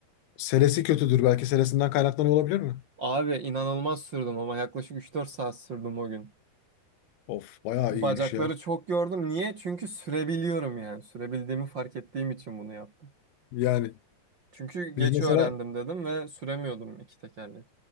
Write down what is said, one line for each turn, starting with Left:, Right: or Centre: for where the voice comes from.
Left: selesi kötüdür belki selesinden kaynaklanıyor olabilir mi?
Right: Abi inanılmaz sürdüm ama yaklaşık üç dört saat sürdüm o gün.
Left: Of bayağı
Right: Bacakları
Left: iyiymiş ya.
Right: çok gördüm. Niye? Çünkü sürebiliyorum yani. Sürebildiğimi fark ettiğim için bunu yaptım.
Left: Yani
Right: Çünkü geç
Left: biz mesela
Right: öğrendim dedim ve süremiyordum iki tekerlek.